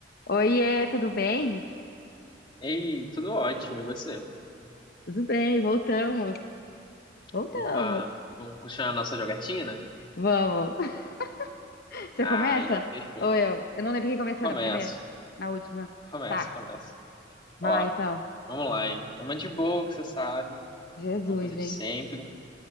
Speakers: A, on the left (about 50°); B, on the left (about 25°).
A: Oiê, tudo bem?
B: Ei, tudo ótimo, e você?
A: Tudo bem, voltamos. Voltamos.
B: Opa, vamos continuar a nossa jogatina?
A: Vamos. <laughs> Você
B: Aí,
A: começa?
B: ó, fechou,
A: Ou
B: hein?
A: eu? Eu não lembro quem começou
B: Começo,
A: na primeira, na última.
B: começo,
A: Tá,
B: começo.
A: vai
B: Ó,
A: então.
B: vamos lá, hein? Uma de boa que você sabe,
A: Jesus,
B: uma coisa
A: hein?
B: de sempre.